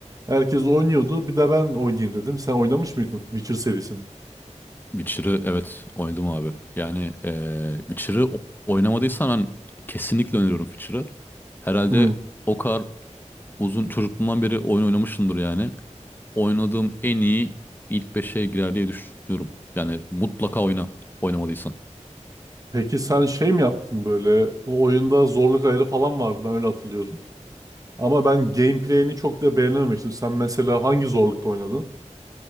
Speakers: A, on the right; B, on the left.
A: Herkes oynuyordu. Bir de ben oynayayım dedim. Sen oynamış mıydın Witcher serisini?
B: Witcher'ı evet oynadım abi. Yani eee Witcher'ı o- oynamadıysan ben kesinlikle öneriyorum Witcher'ı. Herhalde
A: Hmm.
B: o kadar uzun çocukluğumdan beri oyun oynamışımdır yani. Oynadığım en iyi ilk 5'e girer diye düşünüyorum. Yani mutlaka oyna oynamadıysan.
A: Peki sen şey mi yaptın böyle? O oyunda zorluk ayarı falan vardı ben öyle hatırlıyorum. Ama ben gameplay'ini çok da beğenememiştim. Sen mesela hangi zorlukta oynadın?